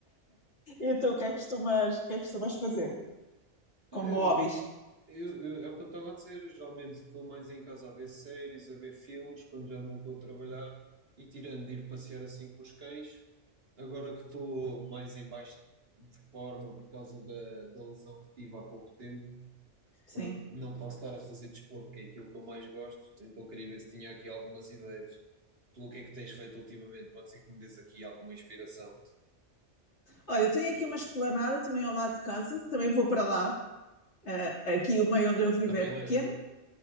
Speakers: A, on the left; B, on the right.
A: E tu, o que é que costumas, o que é que costumas fazer
B: É,
A: como hobbies?
B: Eu, eu, eu- é o que eu estava a dizer. eu Geralmente estou mais em casa a ver séries, a ver filmes, quando já não estou a trabalhar e tirando de ir passear assim com os cães. Agora que estou mais em baixo de forma por causa da, da lesão que tive há pouco tempo,
A: Sim.
B: pronto, não posso estar a fazer desporto, que é aquilo que eu mais gosto. Então queria ver se tinha aqui algumas ideias. Tu o que é que tens feito ultimamente? Pode ser que me dês aqui alguma inspiração.
A: Olha, eu tenho aqui uma esplanada também ao lado de casa, também vou para lá. Eh, aqui o meio onde eu vivo
B: Também
A: é pequeno.
B: ler,